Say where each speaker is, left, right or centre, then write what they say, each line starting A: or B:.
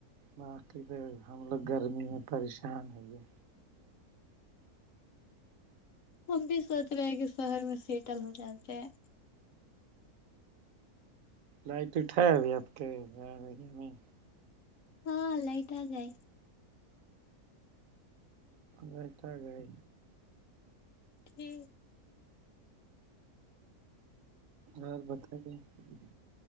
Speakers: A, on the right; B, on the left.
A: باقی بھاںی ہم لوگ گرمی میں پریشان ہیں یہ
B: ہم بھی سوچ رہے ہیں کہ شہر میں سیٹل ہو جاتے ہیں
A: لائٹ اٹھا ہے ابھی آپ کے بارے میں
B: ہاں لائٹ آگںی
A: بیٹا گئے
B: تھی
A: اور بتاو کچھ